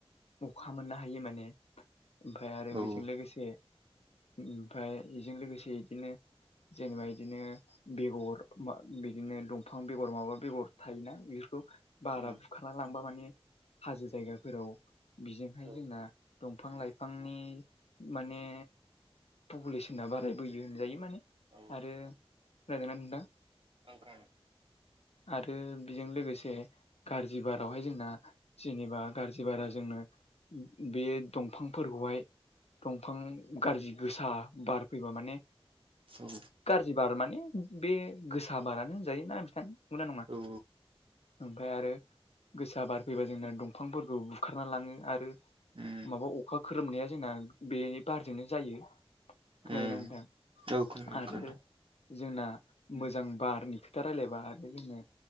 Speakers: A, on the left; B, on the right.
A: अखा मोननो हायो माने ओमफ्राय आरो
B: औ
A: बेजों लोगोसे ओमफ्राय बेजों लोगोसे बिदिनो जेनेबा बिदिनो बेगर बिदिनो दंफां बेगर माबा बेगर थायोना बेफोरखौ बारा
B: उम
A: बुखारना लांबा माने हाजो जायगाफोराव बिजोंहाय
B: औ
A: जोंना दंफां लाइफांनि माने पपुलेसना बारायबोयो होनजायो माने
B: औ
A: आरो खोनादों ना नोंथां?
B: ओं खोनादों।
A: आरो बेजों लोगोसे गारजि बारावहाय जोंना जेनेबा गाज्रि बारा जोंनो बे दंफांफोरखौहाय दंफां गाज्रि गोसा बार फैबा माने
B: औ
A: गाज्रि बार माने खा बे गोसा बारानो होनजायो‌ ना बिथां नंगौना नङा।
B: औ
A: ओमफ्राय आरो गोसा बार फैबा जोंना दंफांफोरखौ बुखारना लाङो आरो।
B: उम
A: माबा अखा खोरोमनाया जोंना बे बारजोंनो जायो। खोनादों
B: उम
A: ना नोंथां
B: औ खोनादों
A: आरो
B: खोनादों
A: ओ जोंना मोजां बारनि खोथा रायलायबा आरो जोंनो